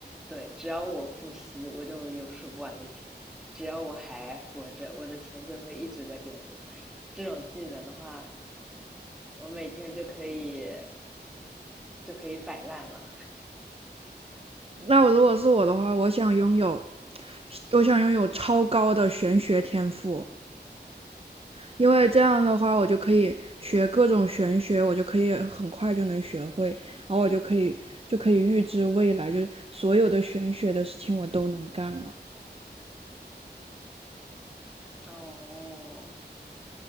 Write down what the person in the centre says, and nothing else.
对，只要我呼吸，我就有数不完的钱；只要我还活着，我的钱就会一直在变多。这种技能的话，我每天就可以就可以摆烂了。
哦